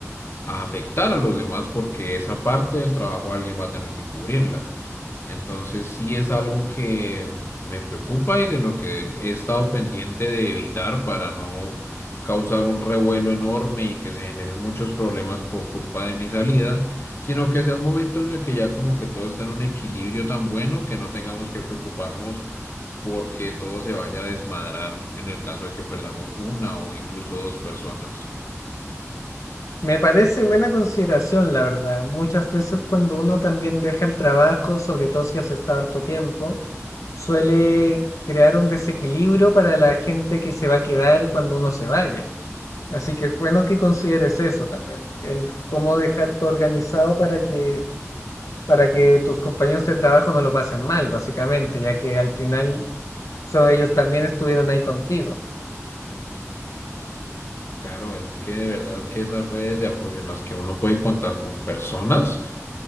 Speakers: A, on the left; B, on the left.
A: a afectar a los demás porque esa parte del trabajo alguien va a tener que cubrirla. Entonces sí es algo que me preocupa y de lo que he estado pendiente de evitar para no causar un revuelo enorme y que se generen muchos problemas por culpa de mi salida, sino que sea un momento en el que ya como que todo está en un equilibrio tan bueno que no tengamos que preocuparnos porque todo se vaya a desmadrar en el caso de que perdamos una o incluso dos personas.
B: Me parece buena consideración, la verdad. Muchas veces cuando uno también deja el trabajo, sobre todo si has estado harto tiempo, suele crear un desequilibrio para la gente que se va a quedar cuando uno se vaya. Así que es bueno que consideres eso también, el cómo dejarte organizado para que, para que tus compañeros de trabajo no lo pasen mal, básicamente, ya que al final so- ellos también estuvieron ahí contigo.
A: Claro, es que de verdad que esas redes de apoyo en las que uno puede contar con personas,